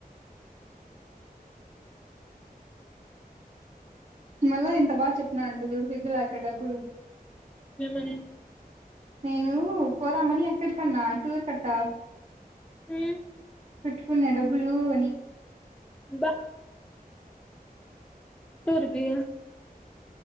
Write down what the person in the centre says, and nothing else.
ఏమని
ఉ
బా టూరుపి